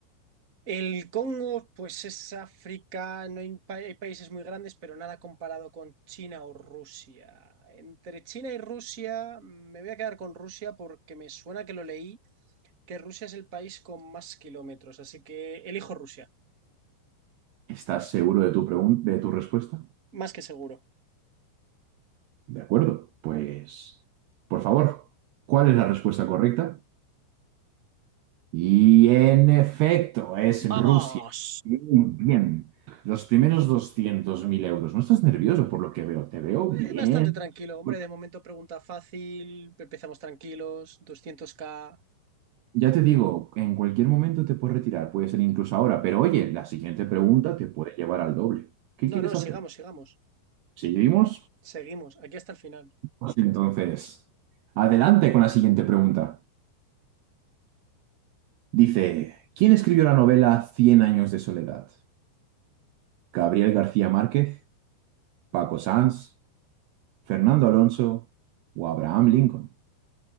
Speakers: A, on the right (about 30°); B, on the right (about 80°).
A: El Congo, pues es África, no hay, pa- hay países muy grandes, pero nada comparado con China o Rusia. Entre China y Rusia, me voy a quedar con Rusia porque me suena que lo leí, que Rusia es el país con más kilómetros, así que elijo Rusia,
B: ¿Estás seguro de tu pregun- de tu respuesta?
A: más que seguro.
B: De acuerdo, pues, por favor, ¿cuál es la respuesta correcta? Y en efecto, es
A: ¡Vamos!
B: Rusia. Bien, bien. Los primeros 200.000 euros. ¿No estás nervioso por lo que veo? Te veo bien.
A: Eh, bastante tranquilo, hombre,
B: Bueno,
A: de momento pregunta fácil, empezamos tranquilos, 200k.
B: Ya te digo, en cualquier momento te puedes retirar, puede ser incluso ahora, pero oye, la siguiente pregunta te puede llevar al doble. ¿Qué quieres
A: No, no,
B: hacer?
A: sigamos, sigamos.
B: ¿Seguimos?
A: Seguimos, aquí hasta el final.
B: Pues entonces, adelante con la siguiente pregunta. Dice, ¿quién escribió la novela Cien años de soledad? ¿Gabriel García Márquez? ¿Paco Sanz? Fernando Alonso o Abraham Lincoln.